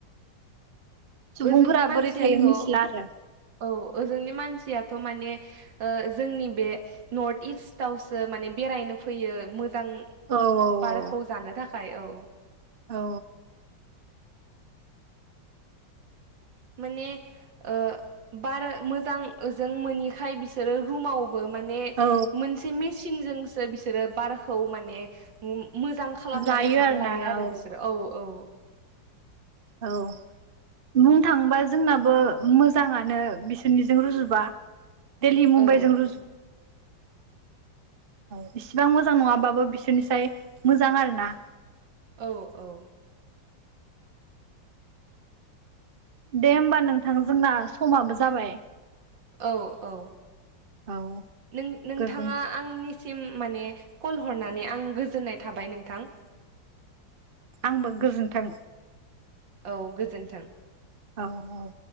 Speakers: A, on the right; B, on the right.
A: सुबुंफोरा
B: ओजोंनि मानसियाथ'
A: बोरै थायो मिथिला
B: औ
A: आरो
B: ओजोंनि मानसियाथ' माने ओ-जोंनि बे नर्थ इस्टवसो माने बेरायनो फैयो मोजां
A: औ औ
B: बारखौ जानो थाखाय औ।
A: औ
B: माने ओ-बार मोजांजों मोनैखाय बिसोरो रुमाव बो माने
A: औ
B: मोनसे मिसिनजों बिसोरो बारखौ माने ओम- मोजां खालामनानै
A: जायो
B: हां
A: आरोना
B: लायो आरो
A: औ
B: बिसोरो औ औ।
A: औ बुंनो थाङोबा जोंनाबो मोजाङानो बिसोरनिजों रुजुबा। दिल्ली मुम्बाइजों
B: औ
A: रुजु औ इसिबां मोजां नङाबाबो बिसोरनिसाय मोजां आरो ना।
B: औ औ
A: दे होमबा नोंथां जोंना समाबो जाबाय।
B: औ औ
A: औ
B: नों -नोंथाङा
A: गोजोन
B: आंनि सिम माने कल हरनानै आं गोजोननाय थाबाय नोंथां।
A: आंबो गोजोन्थों।
B: औ गोजोन्थों
A: औ औ।